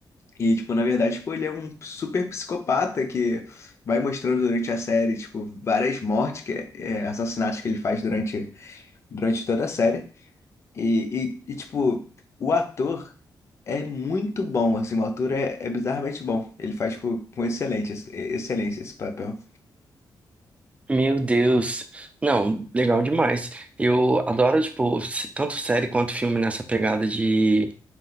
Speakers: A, on the left; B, on the right.
A: e, tipo, na verdade, tipo, ele é um super psicopata que vai mostrando durante a série, tipo, várias mortes, que é, é, assassinatos que ele faz durante, durante toda a série. E, e, e, tipo, o ator é muito bom, assim, o ator é, é bizarramente bom. Ele faz, tipo, com excelente, ex- excelência esse papel.
B: Meu Deus. Não, legal demais. Eu adoro, tipo, s- tanto série quanto filme nessa pegada de,